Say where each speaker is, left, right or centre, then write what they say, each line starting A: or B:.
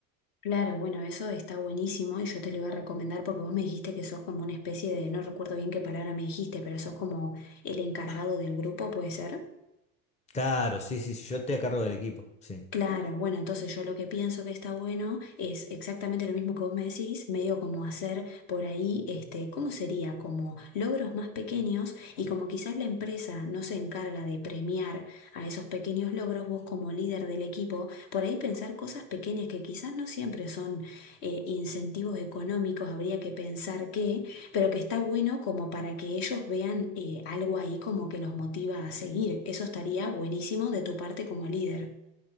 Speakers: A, on the left; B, on the left.
A: Claro, bueno, eso está buenísimo y yo te lo iba a recomendar porque vos me dijiste que sos como una especie de, no recuerdo bien qué palabra me dijiste, pero sos como el encargado del grupo, ¿puede ser?
B: Claro, sí, sí, sí, yo estoy a cargo del equipo, sí.
A: Claro, bueno, entonces yo lo que pienso que está bueno es exactamente lo mismo que vos me decís, medio como hacer por ahí, este, ¿cómo sería? Como logros más pequeños y como quizás la empresa no se encarga de premiar a esos pequeños logros, vos como líder del equipo, por ahí pensar cosas pequeñas que quizás no siempre son eh, incentivos económicos, habría que pensar que, pero que está bueno como para que ellos vean eh, algo ahí como que los motiva a seguir. Eso estaría buenísimo de tu parte como líder.